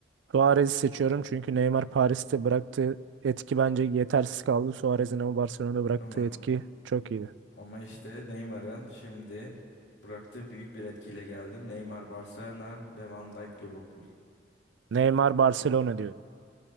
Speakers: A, on the right; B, on the left.
A: Suarez'i seçiyorum çünkü Neymar Paris'te bıraktığı etki bence yetersiz kaldı. Suarez'in ama Barcelona'da bıraktığı
B: Ama
A: etki çok iyiydi.
B: ama işte Neymar'ın şimdi bıraktığı büyük bir etkiyle geldim. Neymar Barcelona ve Van Dijk Liverpool.
A: Neymar Barcelona diyorum.